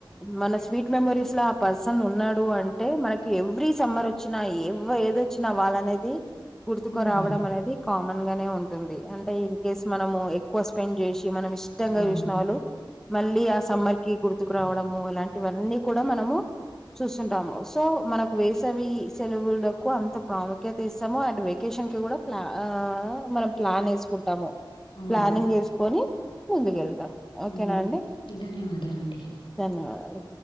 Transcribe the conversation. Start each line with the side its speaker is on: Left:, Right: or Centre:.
Centre: మన స్వీట్ మెమోరీస్ లో ఆ పర్సన్ ఉన్నాడు అంటే మనకి ఎవ్రీ సమ్మర్ వచ్చినా ఎ ఏదొచ్చినా వాళ్ళనేది గుర్తుకురావడం
Left: హ్మ్.
Centre: అనేది కామన్ నే ఉంటుంది అంటే ఇన్ కేస్ మనము ఎక్కువ స్పెం చేసి మనం ఇష్టంగా
Left: అవును.
Centre: చూసిన వాళ్ళు మళ్ళీ ఆ సమ్మర్ కి గుర్తు ముతుకురావడము ఇలాంటివన్నీ కూడా మనము చూస్తుంటాము. సో మనకు వేసవి సెలవులకు అంత ప్రాముఖ్యత ఇస్తము అండ్ వెకేషన్కి గుడ ప్లా ఆ మన ప్లాన్ ఏస్కుంటము.
Left: అవును.
Centre: ప్లానింగ్ చేస్ కొని ముందుకెళ్తాం ఓకేనా
Left: హ్మ్.
Centre: అండి
Left: ధన్యవాదాలండి.
Centre: ధన్యవాదాలు